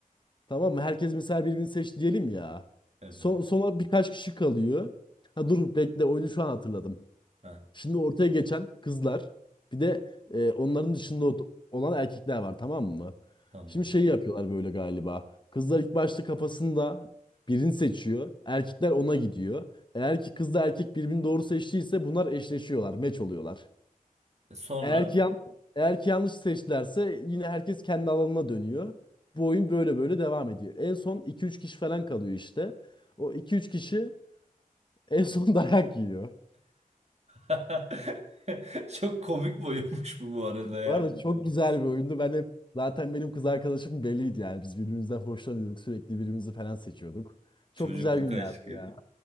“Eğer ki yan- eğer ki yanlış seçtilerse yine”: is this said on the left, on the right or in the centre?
Left